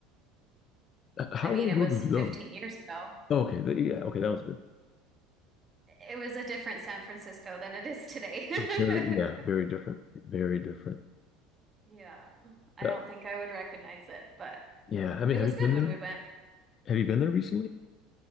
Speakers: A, on the left; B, on the right.
A: Uh, how
B: I mean,
A: long
B: it
A: ago
B: was
A: did you
B: 15
A: go?
B: years ago.
A: Oh, okay, th- yeah, okay, that was good.
B: It was a different San Francisco than it is today.
A: Very,
B: <laughs>
A: yeah, very different, very different.
B: Yeah. I
A: Uh,
B: don't think I would recognize it, but
A: yeah, I mean,
B: it
A: have
B: was
A: you been
B: good when
A: there?
B: we went.
A: Have you been there recently?